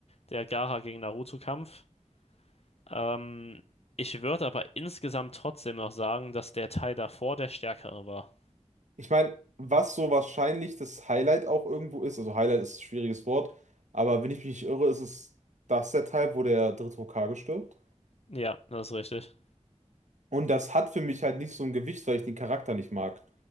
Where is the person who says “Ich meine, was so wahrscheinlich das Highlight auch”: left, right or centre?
Right